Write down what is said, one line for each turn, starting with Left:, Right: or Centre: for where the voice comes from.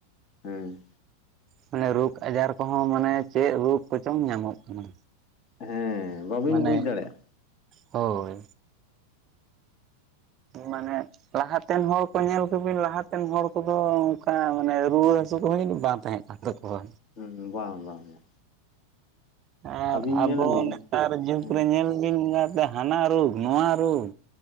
Left: ᱦᱩᱸ
Right: ᱢᱟᱱᱮ ᱨᱳᱜᱽ ᱟᱡᱟᱨ ᱠᱚᱦᱚᱸ ᱢᱟᱱᱮ ᱪᱮᱫ ᱨᱳᱜᱽ ᱠᱚᱪᱚᱝ ᱧᱟᱢᱚᱜ ᱠᱟᱱᱟ
Left: ᱦᱮᱸ ᱵᱟᱵᱤᱱ
Right: ᱢᱟᱱᱮ
Left: ᱵᱩᱡᱽ ᱫᱟᱲᱮᱭᱟᱜᱼᱟ
Right: ᱦᱳᱭ ᱢᱟᱱᱮ ᱞᱟᱦᱟᱛᱮᱱ ᱦᱚᱲ ᱠᱚ ᱧᱮᱞ ᱠᱚᱵᱤᱱ ᱞᱟᱦᱟᱛᱮᱱ ᱦᱚᱲ ᱠᱚᱫᱚ ᱚᱝᱠᱟ ᱢᱟᱱᱮ ᱨᱩᱣᱟᱹ ᱦᱟᱥᱩ ᱠᱚᱦᱚᱸ ᱡᱟᱱᱤᱡ ᱵᱟᱝ ᱛᱟᱦᱮᱸ ᱠᱟᱱᱟ ᱠᱟᱱ ᱛᱟᱠᱚᱣᱟ
Left: ᱦᱩᱸ ᱵᱟᱝ ᱵᱟᱝ ᱵᱟᱝ
Right: ᱟᱨ
Left: ᱟᱹᱵᱤᱱ
Right: ᱟᱵᱚ
Left: ᱧᱮᱞ ᱵᱤᱱ
Right: ᱱᱮᱛᱟᱨ ᱡᱩᱜᱽ
Left: ᱦᱮᱸ
Right: ᱨᱮ ᱧᱮᱞ ᱵᱤᱱ ᱮᱸᱜᱟᱛᱮ ᱦᱟᱱᱟ ᱨᱳᱜᱽ ᱱᱚᱣᱟ ᱨᱳᱜᱽ